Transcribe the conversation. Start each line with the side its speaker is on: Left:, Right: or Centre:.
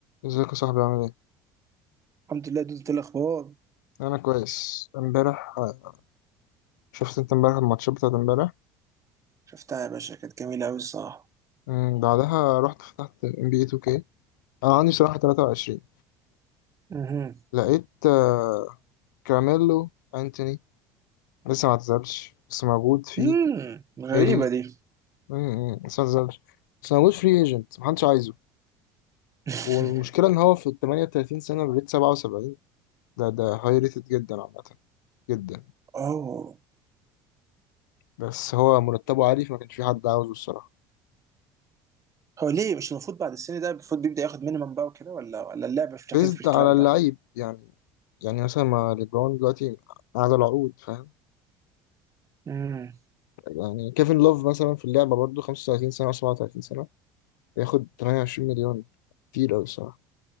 Left: ازيك يا صاحبي عامل ايه؟
Right: الحمد لله دول الاخبار
Left: انا كويس امبارح آه، شفت انت امبارح الماتشات بتاعت امبارح
Right: شفتها يا باشا كانت جميله قوي الصراحه
Left: مم، بعدها رحت فتحت ام بي اي 2K انا عندي صراحة 23
Right: مهم.
Left: لقيت آه، كراميلو انتوني لسه ما اعتزلش بس موجود في
Right: مم. غريبه
Left: ال
Right: دي
Left: مم، لسه ما اعتزلش بس موجود فري ايجنت محدش عايزه
Right: <laughs>
Left: والمشكلة ان هو في ال 38 سنة بريت 77 ده ده هاي ريتد جدا عامة جدا
Right: اوه
Left: بس هو مرتبه عالي فما كانش في حد عاوزه الصراحة
Right: هو ليه مش المفروض بعد السن ده المفروض بيبدا ياخد مينيمم بقى وكده ولا ولا اللعبه مش بتعترف
Left: بيزد
Right: بالكلام
Left: على اللعيب
Right: ده
Left: يعني يعني مثلا ما ليبرون دلوقتي قاعد العقود فاهم
Right: امم
Left: يعني كيفن لوف مثلا في اللعبة برضه 35 سنة أو 37 سنة بياخد 28 مليون كتير أوي الصراحة